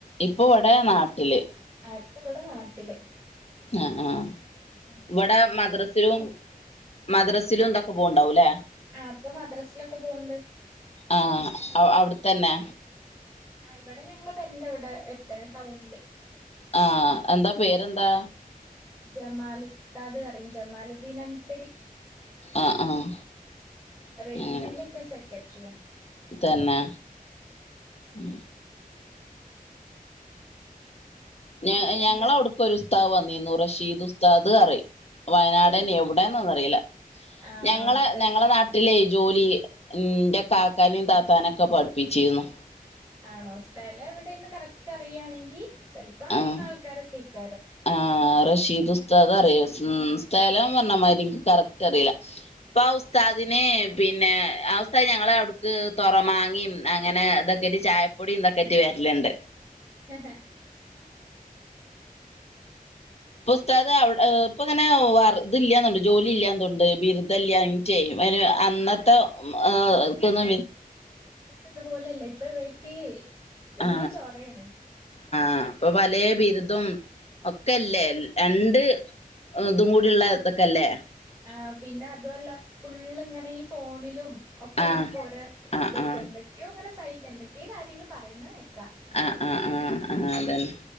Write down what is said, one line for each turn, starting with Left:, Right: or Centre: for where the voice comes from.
Left: ഇപ്പൊ ഇവിടെ നാട്ടില്
Right: ആ ഇപ്പവിടെ നാട്ടില്
Left: ആ ആ
Right: ഉം.
Left: ഇവടെ മദ്രസ് ത്തിലുംമദ്രസിലും എന്തൊക്കെ പോകണ്ടാവും അല്ലേ
Right: ആ അപ്പൊ മദ്രാസിലൊക്കെ പോണ്ട്
Left: ആഹ് അവിടെത്തന്നെ
Right: ആ ഇവിടെ ഞങ്ങള് പേരന്റ് ഇവിടെ എടുത്തന ടൗണില്
Left: ആ എന്താ പേരെന്താ
Right: ജമാൽ ഉസ്താദ് പറയു ജമാലുദ്ദീൻ അൻസരി
Left: ആഹ് ആഹ്
Right: റേഞ്ചിന്റെഒക്കെെസേ
Left: അങ്ങനെ
Right: കെട്ടറിയാ
Left: തന്നെ ഉ
Right: എന്നിട്ട്
Left: ഞ ഞങ്ങള
Right: എന്താ
Left: അവിടക്ക ഒരു ഉസ്താദ് വന്നു ന്നിന്നു റഷീദ് ഉസ്താദ് പറയു വയനാട്നെഎവിടെന്ന്
Right: എവിടെ
Left: ഒന്ന അറിയില്ല
Right: ആഹ്
Left: ഞങ്ങള്
Right: സ്ഥ
Left: ഞങ്ങളെ നാട്ടിലെ ജോലി എന്റെ കാക്കാനയും താത്താനൊക്കെ പഠിപ്പിച്ചിരുന്നു
Right: ആണോ സ്ഥലം എവിടെന്ന് കറക്റ്റ് അറിയാണെങ്കിൽ ഇക്ക് ചിലപ്പോ അറിയുന്ന
Left: ആഹ്
Right: ആൾക്കാരൊക്കെ ഇക്കാരോ
Left: ആ റഷീദ് ഉസ്താദ് അറിയ സ് പറഞ്ഞ മാതിരിനിക്ക് കറക്റ്റ് അറിയില്ല അപ്പൊ ആ ഉസ്താദിനന് പിന്നെ ആ ഉസ്താദ് ഞങ്ങള് അവിടുക്ക് തുറ മാങ്ങിയും അങ്ങനെ ഇതൊക്കെ് ചായപ്പൊടിയ ഇതൊക്കെ ആട്ട് വരലുണ്ട്
Right: ഹ
Left: പുസ്തക അ ഇപ്പൊ ഇങ്ങനെ വറുത ഇല്ലന്നുണ്ട് ജോലി ഇല്ലണ്ട് ബിരുദല്ലന ചെയ്യും അ യ്ന്അന്നത്തെ
Right: ആഹ്
Left: ഏ എക്കന്ന
Right: ഇത്പോലെയല്ല ഇപ്പ ഇവയ്ക്ക് വല്യ
Left: ആ
Right: ചോറാണ്
Left: ആ അപ്പൊ പല ബിരുദും ഒക്കെല്ലേ രണ്ട് ഇതുംകൂടിയ ഉള്ളതൊക്കെ അല്ലേ
Right: ആ പിന്നെ അതുമല്ല ഫുള്ള് എങ്ങനെ ഈ ഫോണിലും ഒക്കെയാണ്
Left: ആഹ്
Right: ഇപ്പോരെ
Left: ആഹ്
Right: ഇതൊക്കെ
Left: ആഹ്
Right: എന്തൊക്കെയോ അങ്ങനെ സൈഡ് എന്തൊക്കേ കാര്യങ്ങൾ പറയുന്നത് കേക്കാ
Left: ആഹ് ആഹ് ആഹ് ആഹ് അതന്നെ